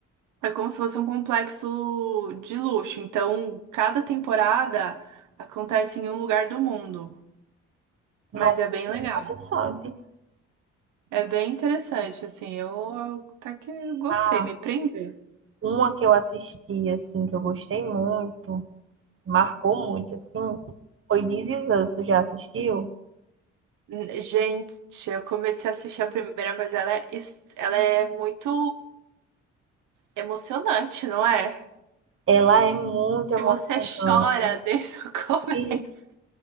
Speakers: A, on the right (about 90°); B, on the right (about 45°).
A: É como se fosse um complexo de luxo. Então, cada temporada acontece em um lugar do mundo.
B: não,
A: Mas é bem legal.
B: interessante.
A: É bem interessante, assim. Eu eu até que gostei,
B: Ah,
A: me prendeu.
B: uma que eu assisti assim que eu gostei muito, marcou muito assim, foi This Is Us, tu já assistiu?
A: N- Gente, eu comecei a assistir a primeira, mas ela é, es- ela é muito emocionante, não é?
B: Ela é muito
A: Que
B: emocionante.
A: você chora desde o <laughs> começo.
B: E,